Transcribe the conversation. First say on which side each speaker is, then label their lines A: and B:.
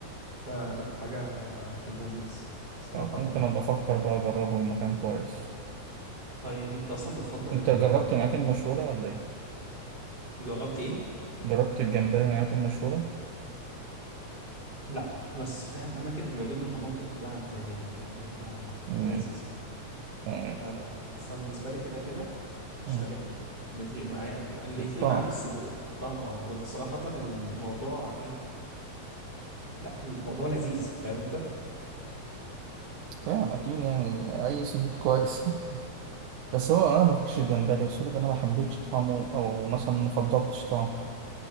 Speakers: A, on the right; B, on the right.
A: فلا حاجة في اللذيذ صراحة
B: ممكن
A: يعني
B: ابقى افكر بقى اجربه من مكان كويس
A: طيب انت اصلا بتفضل
B: انت
A: ال...
B: جربت من اماكن مشهورة ولا ايه؟
A: جربت ايه
B: جربت الجمبري من اماكن مشهورة؟
A: لا بس فاهم اماكن اللي بجيب منها برضه بتبقى بتعجبني فاهم بتبقى
B: مم،
A: بتبقى لذيذه
B: تمام
A: ف... فبالنسبه لي كده كده مش
B: آه.
A: فارق لي اللي يفرق معايا اللي
B: الطعم
A: يفرق معايا بس ان الطعم اه والصراحه الموضوع ايه لا الموضوع لذيذ فاهم انت
B: فاهم اكيد يعني اي سي فود كويس <laughs> بس هو انا ما باكلش الجمبري بس لك انا ما حبيتش طعمه او مثلا ما فضلتش طعمه